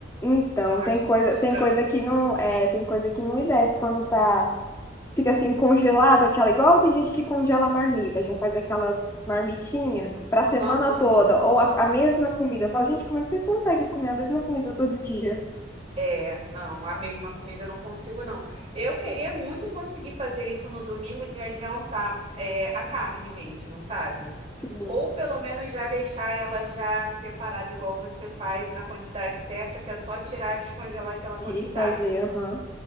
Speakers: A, on the left; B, on the right.
A: Então,
B: Eu acho
A: tem
B: que
A: coisa,
B: é estranho.
A: tem coisa que não, é, tem coisa que não me desce quando tá Fica assim congelado, aquela igual tem gente que congela a marmita, já faz aquelas marmitinhas para semana
B: Aham.
A: toda, ou a, a mesma comida. Eu falo, gente, como é que vocês conseguem comer a mesma comida todo dia?
B: É, não, a mesma comida eu não consigo, não. Eu queria muito conseguir fazer isso no domingo de adiantar é, a carne mesmo, sabe?
A: Sim.
B: Ou pelo menos já deixar ela já separada, igual você faz, na quantidade certa, que é só tirar e descongelar aquela quantidade.
A: E e fazer, aham.